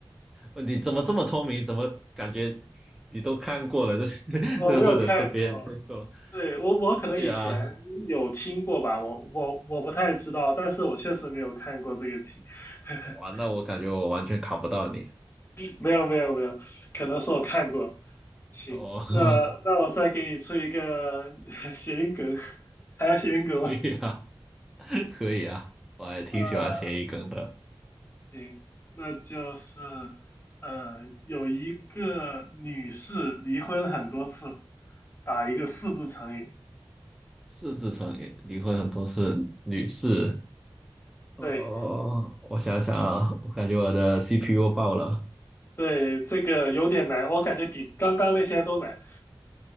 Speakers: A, in the centre; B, on the left.
A: 问你怎么这么聪明？怎么感觉你都看过了？这是，<laughs>
B: 我没有看过，
A: 这或者是别人看过？
B: 对，我我可能以前有听过吧，
A: 对啊，
B: 我我我不太知道，但是我确实没有看过这个题。<laughs>
A: 哇，那我感觉我完全考不到你。
B: 没有没有没有，可能是我看过。行，
A: 哦，<laughs>
B: 那那我再给你出一个 <laughs> 谐音梗，<laughs> 还要谐音梗吗？
A: 可以啊，可以啊，我还挺喜欢谐音梗的。
B: 呃。行，那就是呃，有一个女士离婚很多次，打一个四字成语。
A: 四字成语，离婚很多是女士，哦，
B: 对
A: 哦哦哦我想想啊，我感觉我的 CPU 爆了
B: 对，这个有点难，我感觉比刚刚那些都难。